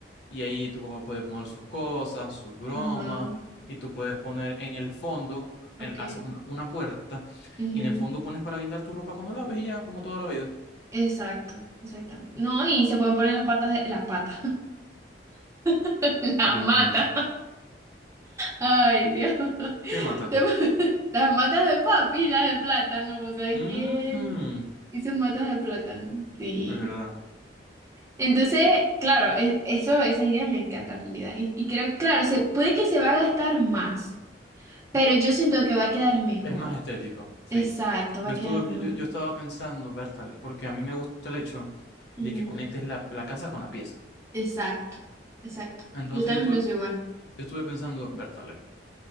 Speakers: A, on the left; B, on the right.
A: y ahí tu papá puede poner sus cosas, sus bromas
B: Ajá,
A: y tú puedes poner en el fondo,
B: ok.
A: en- haces una, una puerta
B: ujú,
A: y en el fondo pones para guindar tu ropa cuando laves y ya, como toda la vida.
B: Exacto, exactamente. No, y se pueden poner las patas de las patas, <laughs> las
A: Dios
B: matas.
A: mío.
B: Ay, Dios.
A: ¿Qué mata?
B: Se pu- <laughs> Las matas de papi, las de plátano, ¿sabes
A: Ujú,
B: qué? Él hizo matas de plátano. Sí.
A: Es verdad.
B: Entonces, claro, e- eso, esa idea me encanta en realidad. Y, y creo, claro, se, puede que se va a gastar más, pero yo siento que va a quedar mejor.
A: Es más estético, sí.
B: Exacto, va
A: Yo
B: a
A: estuve,
B: quedar mejor.
A: yo, yo estaba pensando, Bertale, porque a mí me gusta el hecho
B: Ujú,
A: de que conectes la, la casa con la pieza.
B: Exacto, exacto.
A: Entonces
B: Yo también
A: yo estuve,
B: pienso igual.
A: yo estuve pensando, Bertale.